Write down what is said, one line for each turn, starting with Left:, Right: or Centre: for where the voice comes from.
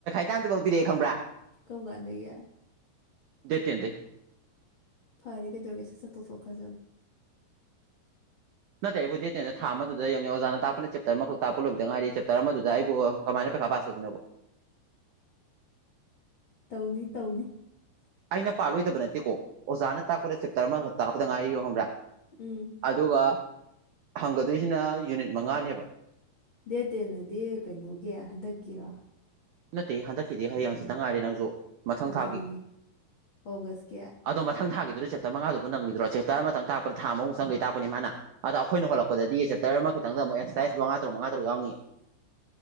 Right: ꯇꯝ ꯄꯤꯔꯦ ꯈꯕ꯭ꯔꯥ
Left: ꯀꯣꯡꯒꯥꯟꯗꯒꯤ
Right: ꯗꯦꯠ ꯇꯦꯟꯗꯒꯤ
Left: ꯐꯔꯦ ꯀꯩꯗꯧꯒꯦꯁ ꯆꯠꯇꯣꯛꯊꯣꯛꯈ꯭ꯔꯖꯅ
Right: ꯅꯠꯇꯦ ꯑꯩꯕꯨ ꯗꯦꯠ ꯊꯥ ꯑꯃꯗ ꯌꯧꯅꯦ ꯑꯣꯖꯥꯅ ꯇꯥꯛꯄꯅ ꯆꯦꯞꯇꯔ ꯑꯃꯈꯛ ꯇꯥꯛꯄ ꯂꯣꯏꯕꯗꯥꯏꯔꯤ ꯆꯦꯞꯇꯔ ꯑꯃꯗꯨꯗ ꯑꯩꯕꯨ ꯀꯃꯥꯏ ꯍꯥꯕ ꯑꯗꯨꯅꯕꯣ
Left: ꯇꯧꯅꯤ ꯇꯧꯅꯤ
Right: ꯑꯩꯅ ꯄꯥꯜꯂꯣꯏꯗꯕ ꯅꯠꯇꯦꯀꯣ ꯑꯣꯖꯥꯅ ꯇꯥꯛꯄꯗ ꯆꯦꯞꯇꯔ ꯑꯃꯛ ꯇꯥꯛꯄꯗ ꯉꯥꯏꯔꯤꯌꯣ ꯍꯪꯕ꯭ꯔꯥ
Left: ꯎꯝ
Right: ꯑꯗꯨꯒ ꯍꯪꯒꯗꯣꯏꯁꯤꯅ ꯌꯨꯅꯤꯠ ꯃꯉꯥꯅꯦꯕ
Left: ꯗꯦꯠ ꯇꯦꯟꯅꯗꯤ ꯀꯩꯅꯣꯒꯤ ꯍꯟꯗꯛꯀꯤꯔ
Right: ꯅꯠꯇꯦ ꯍꯟꯗꯛꯀꯤꯗꯤ ꯍꯌꯦꯡꯁꯤꯇ ꯉꯥꯏꯔꯦ ꯅꯪꯁꯨ ꯃꯊꯪ
Left: ꯑꯗꯨꯅꯤ
Right: ꯊꯥꯒꯤ
Left: ꯑꯣꯒꯁꯀꯤ
Right: ꯑꯗꯣ ꯃꯊꯪ ꯊꯥꯒꯤ ꯑꯗꯨꯗ ꯆꯦꯞꯇꯔ ꯃꯉꯥꯗꯨꯕꯨ ꯅꯪꯈꯤꯗ꯭ꯔꯣ ꯆꯦꯞꯇꯔ ꯑꯃꯇꯪꯥꯛꯄꯗ ꯊꯥ ꯃꯨ ꯆꯪꯒꯩ ꯇꯥꯛꯄꯅꯤ ꯃꯥꯅ ꯑꯗ ꯑꯩꯈꯣꯏꯅ ꯍꯣꯂꯛꯄꯗꯗꯤ ꯆꯦꯞꯇꯔ ꯈꯤꯪꯨꯛꯁ ꯃꯉ ꯇꯔꯨ ꯃꯉꯥꯔꯨ ꯌꯥꯎꯅꯤ
Left: <unintelligible>